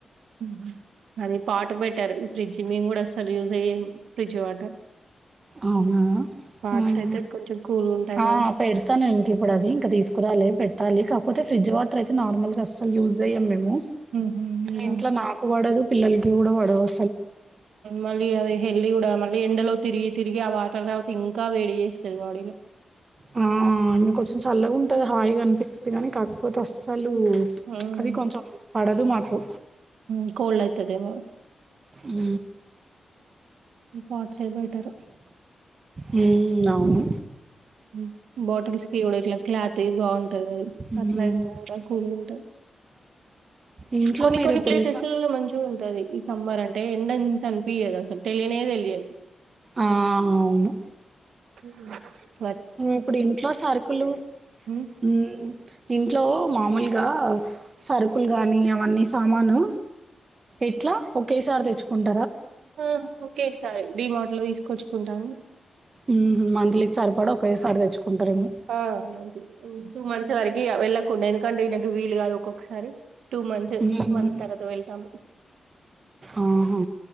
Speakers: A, on the right; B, on the right.
A: ఉహు. అది పాటు బెట్టర్ ఫ్రిడ్జ్ మేము కూడా అస్సల్ యూజే చేయ్యం ఫ్రిడ్జ్ వాటర్
B: అవునా
A: పాట్స్
B: ఉమ్
A: అయితే కొంచెం కూల్ ఉంటాయి
B: ఆ
A: కదా
B: పెడతాను ఇంక ఇప్పుడు అది ఇంకా తీసుకురాలి పెడతాలి కాకపోతే ఫ్రిడ్జ్ వాటర్ అయితే నార్మల్గా అసలు యూజ్ చేయ్యం మేము
A: ఉహు మీరండి
B: ఇంట్లో నాకు వాడదు పల్లల్కి కూడా వాడవ్ అవ్
A: మళ్ళీ అది హళ్లి కూడా మళ్ళీ ఎండలో తిరిగి తిరిగి ఆ వాటర్ తాగుతే ఇంకా వేడి చేస్తది బాడీలో
B: ఉమ్మ్ అందుకోసం చెప్ చల్లగా ఉంటుది హాయిగా అనిపిస్తుంది కానీ కాకపోతే అస్సలు
A: ఉమ్
B: అది కొంచం పడద్ వద్దు మాకు
A: ఉ కోల్డ్ అయితది ఏమో
B: ఊ
A: పాట్సే బెటర్
B: ఉ అవును
A: ఉ బాటిల్స్కి కూడా ఇట్లా క్లాథీ బాగుంటాది
B: హ్మ్.
A: అట్లాగైనా కూడా కూల్ ఉంటాయి
B: ఇంట్లో
A: కొన్ని
B: మీరిప్పుడు
A: కొన్ని ప్లేసెస్
B: స
A: లోనే మంచు టది ఈ సమ్మర్ అంటే ఎండ ఇంత అనిపయదు అసలు తెలియనే తెలియదు
B: ఆ అవును
A: హు
B: ఇప్పుడు ఇంట్లో సరుకులు
A: ఉమ్,
B: ఊ ఇంట్లో మామూలుగా లుగా సరుకులు కానీ అవన్నీ సామాను ఎట్లా ఒకేసారి తెచ్చుకుంటు
A: ఆ ఒకేసారి డిమార్ట్ లో తీసుకొచ్చుకుంటాము
B: ఉహు మంత్లీకి సరిపడా ఒకేసారి తెచ్చుకుంటారేమో
A: ఆ అంతే. టూ మంత్స్ వరకి వెళ్ళకుండా ఎందుకంటే ఈయనకు వీలు కాదు ఒక్కొక్కసారి టూ మంత్స్
B: మ్మ్.
A: మళ్ళీ తర్వాత వెళ్తాము
B: ఆహా.